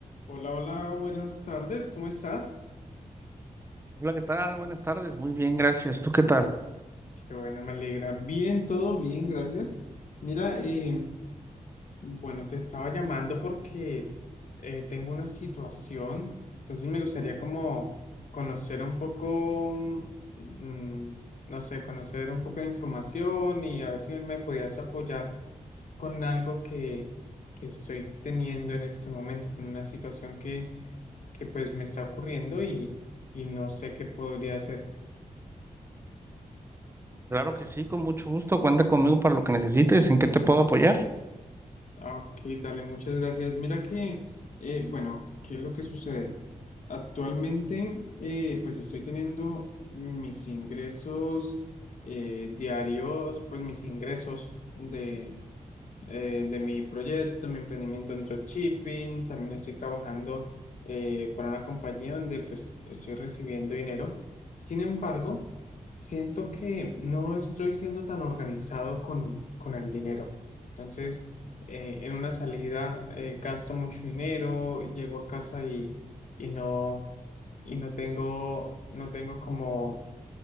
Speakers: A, on the left; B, on the right.
A: Hola, hola, buenas tardes, ¿cómo estás?
B: Hola, ¿qué tal? Buenas tardes. Muy bien, gracias. ¿Tú qué tal?
A: Qué bueno, me alegra. Bien, todo bien, gracias. Mira, eh, bueno, te estaba llamando porque eh, tengo una situación, entonces me gustaría como conocer un poco, mm, no sé, conocer un poco de información y a ver si me podías apoyar con algo que, que estoy teniendo en este momento, con una situación que, que pues me está ocurriendo y, y no sé qué podría hacer.
B: Claro que sí, con mucho gusto. Cuenta conmigo para lo que necesites. ¿En qué te puedo apoyar?
A: Ah, Ok, dale, muchas gracias. Mira que, eh, bueno, ¿qué es lo que sucede? Actualmente, eh, pues estoy teniendo mis ingresos eh, diarios, pues mis ingresos de, eh, de mi proyecto, mi emprendimiento en dropshipping. También estoy trabajando eh, para una compañía donde pues estoy recibiendo dinero. Sin embargo, siento que no estoy siendo tan organizado con, con el dinero. Entonces, eh, en una salida eh, gasto mucho dinero, llego a casa y, y no, y no tengo, no tengo como